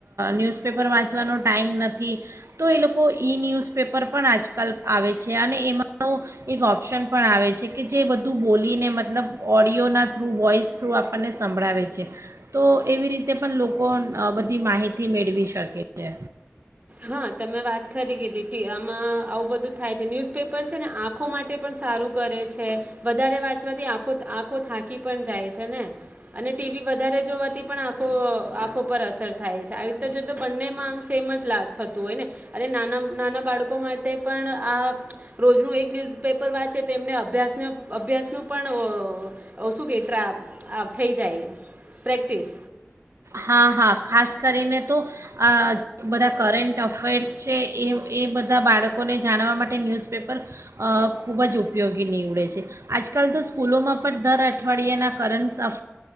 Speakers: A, on the right (about 85°); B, on the right (about 35°).
A: ન્યૂઝપેપર વાંચવાનો ટાઈમ નથી, તો એ લોકો ઇ ન્યૂઝપેપર પણ આજકાલ આવે છે અને એમાં એક ઓપ્શન પણ આવે છે કે જે બધું બોલીને મતલબ ઓડિયોના થ્રુ વોઇસ થ્રુ આપણને સંભળાવે છે, તો એવી રીતે પણ લોકો બધી માહિતી મેળવી શકે છે.
B: હા તમે વાત ખરી કીધી ટી આમાં આવું બધું થાય છે. ન્યૂઝપેપર છે ને આંખો માટે પણ સારું કરે છે વધારે વાંચવાથી આખો આંખો થાકી પણ જાય છે ને અને ટીવી વધારે જોવાથી પણ આંખો આંખો પર અસર થાય છે. આવી રીતે જો તો બંનેમાં આમ સેમ જ લાગ થતું હોય ને અને નાના નાના બાળકો માટે પણ આ રોજનું એક ન્યૂઝપેપર વાંચે તો એમને અભ્યાસનો અભ્યાસનું પણ શું કે ટ્રા થઈ જાય પ્રેક્ટિસ.
A: હા હા ખાસ કરીને તો આ બધા કરેન્ટ અફેર્સ છે એ એ બધા બાળકોને જાણવા માટે ન્યૂઝપેપર ખૂબ જ ઉપયોગી નીવડે છે. આજકાલ તો સ્કૂલોમાં પણ દર અઠવાડિયાના કરંસ